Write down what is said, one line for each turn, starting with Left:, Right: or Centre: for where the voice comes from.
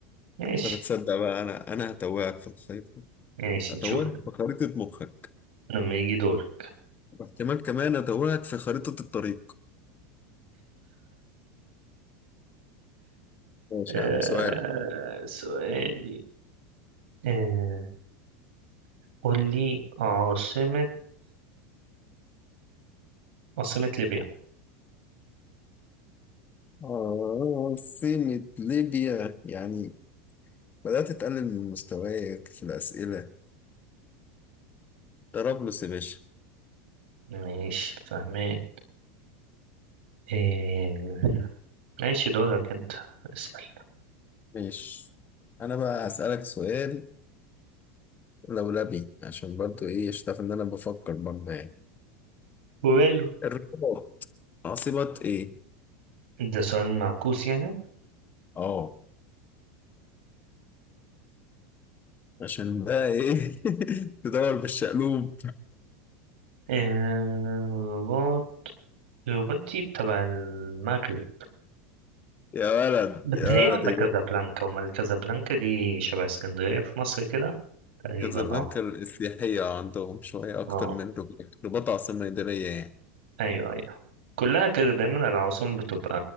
Right: ماشي
Left: طب تصدق بقى انا انا هتوهك في الخريطة
Right: ماشي
Left: هتوهك
Right: نشوف
Left: في خريطة مخك
Right: لما يجي دورك
Left: واحتمال كمان أتوهك في خريطة الطريق ماشي
Right: آه
Left: يا عم سؤالك
Right: سؤالي آه قول لي عاصمة عاصمة ليبيا
Left: آه سمة ليبيا يعني بدأت تقلل من مستواك في الأسئلة طرابلس يا باشا
Right: ماشي فاهمين آه ماشي دورك انت اسأل
Left: ماشي أنا بقى هسألك سؤال لولبي عشان برضو إيه اشتاف إن أنا بفكر برضو يعني
Right: وباله
Left: الرباط عاصمة إيه؟
Right: ده سؤال معكوس يعني
Left: آه عشان بقى إيه <laughs> تدور بالشقلوب
Right: آه رباط رباط دي تبع المغرب
Left: يا ولد
Right: بس
Left: يا
Right: هي
Left: ولد
Right: ولا
Left: يا
Right: كازابلانكا
Left: جامد
Right: وما الكازابلانكا دي شبه اسكندرية في مصر كده تقريبا
Left: كازابلانكا
Right: اه
Left: السياحية عندهم شوية أكتر
Right: اه
Left: من رباط رباط عاصمة إدارية يعني
Right: ايوه ايوه كلها كده دايما العواصم بتبقى